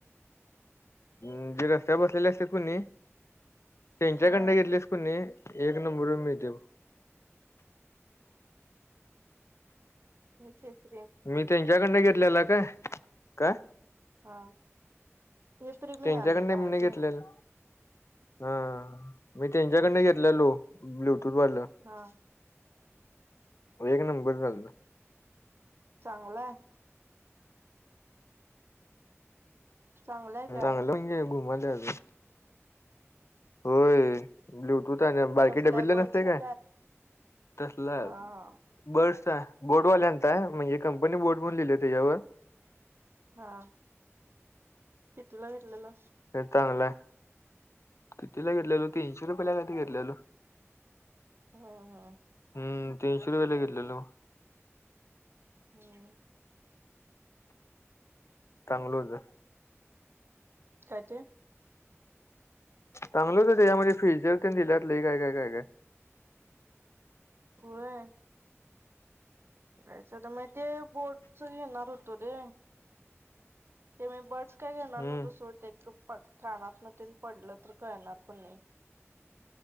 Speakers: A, on the left (about 65°); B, on the right (about 50°).
A: हम. ते रस्त्यावर बसलेले असत्यात कणी त्यांच्याकडन
B: हा
A: घेतले आपण एक नंबर मिळतय बघ.
B: हा तेच
A: मी त्यांच्याकडन घेतलेला काय? काय,
B: हा. हे प्रेमी
A: त्यांच्याकडनं
B: आलेलं आहे
A: मी घेतलेलं
B: ते.
A: हा मी त्यांच्याकडन घेतलेलो ब्लुटूथ वरण.
B: हा.
A: एक नंबर झालत.
B: चांगलं हाय. चांगलाय काय
A: चांगलं हाय की घुमवायल्यास. होय. ब्लूटूथ आहे. बारकी
B: कसलाय
A: डबेतले
B: बर्डस
A: नसते काय
B: आहे
A: तसला हाय.
B: हा हा
A: बर्डस आहे. बोटवाल्यांचा आहे. म्हणजे कंपनी बोट म्हणून लिहिले आहे त्याच्यावर.
B: हा. तिथला घेतलेलास.
A: चांगल हाय. किती ला घेतलेलो तीनशे रुपयाला कायतर घेतलेलो.
B: हा हा.
A: हम तीनशे रुपयाला घेतलेलो.
B: हम्म.
A: चांगल होत.
B: काय ते?
A: चांगलं होत. त्याच्यामध्ये फिचर तेन देत्यात लय काय काय काय काय हाय.
B: व्हय. घ्यायच तर मग ते बोटच घेणार होतो रे. ते मी बर्ड्स काय घेणार
A: हम्म
B: नव्हतो सोड ते कप कानातन तेन पडलं तर कळणार पण नाही.